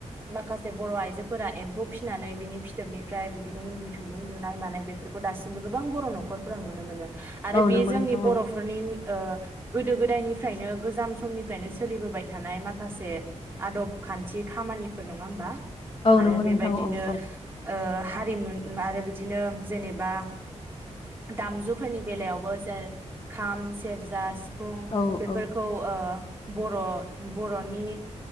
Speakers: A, on the right (about 20°); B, on the left (about 45°).
A: माखासे बर' आइजोफोरा एम्फौ फिसिनानै बिनि फिथोबनिफ्राय बिदिनो इन्दि खुन्दुं लुनाय मानाय बेफ फोरखौ दासिमबो गोबां बर' न'खरफोरााव नुनो मोनो। आरो
B: औ
A: बे
B: नंगौ
A: जोंनि
B: नोंथां
A: बर'फोरनि
B: औ
A: अ गोदो गोदायनिफ्रायनो गोजाम समनिफ्रायनो सोलिबोबाय थानाय माखासे आदब खान्थि खामानिफोर नङा होमबा
B: औ
A: आरो
B: नंगौ
A: बेबायदिनो
B: नोंथां औ औ
A: ओ हारिमु आरो बिदिनो जेनेबा दामजुफोरनि बेलायावबो जेर खाम सेरजा सि फुं
B: औ
A: बेफोरखौ
B: औ
A: ओ बर' बर'नि